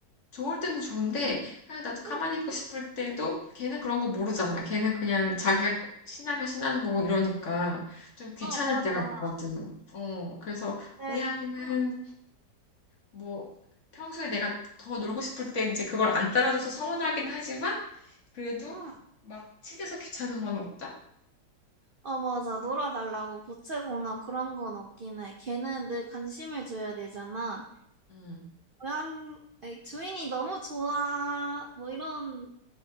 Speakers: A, on the left; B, on the right.
A: 좋을 때는 좋은데, 그냥 나도 가만히
B: 응.
A: 있고 싶을 때도 걔는 그런 거 모르잖아. 걔는 그냥 자기가 신나면 신나는 거고 이러니까 좀 귀찮을
B: 어, 맞아.
A: 때가 있거든. 어, 그래서
B: 네,
A: 고양이는
B: 응,
A: 뭐 평소에 내가 더 놀고 싶을 때 이제 그걸 안 따라줘서 서운하긴 하지만 그래도
B: 응.
A: 막 치대서 귀찮은 건 없다?
B: 어, 맞아. 놀아달라고 보채거나 그런 건 없긴 해. 걔는 늘 관심을 줘야 되잖아.
A: 음.
B: 고양, 아니, 주인이 너무 좋아. 뭐 이런